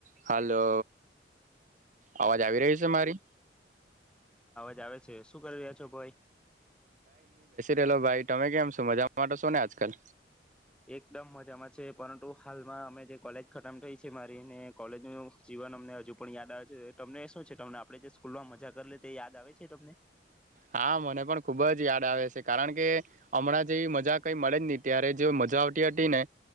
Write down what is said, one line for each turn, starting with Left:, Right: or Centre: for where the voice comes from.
Right: Hello અવાજ આવી રહી છે મારી.
Centre: જાવેશ છે, સુ કરી રહ્યા છો ભાઈ?
Right: રેલો ભાઈ ટમે કેમ છો? મજામાં ટો છો ને આજકાલ?
Centre: એકદમ મજામાં છે, પરંટુ હાલમાં અમે જે કોલેજ ખતમ થઈ છે મારી, ને કોલેજનું જીવન અમને હજુ પણ યાદ આવે છે, ટમને શું છે? ટમને આપણે જે સ્કૂલમાં મજા કરલી તે યાદ આવે છે તમને?
Right: હા, મને પણ ખુબ જ યાડ આવે છે કારણ કે અમણાં જેવી મજા કઈ મળે જ ની, ત્યારે જે મજા આવતી હતી ને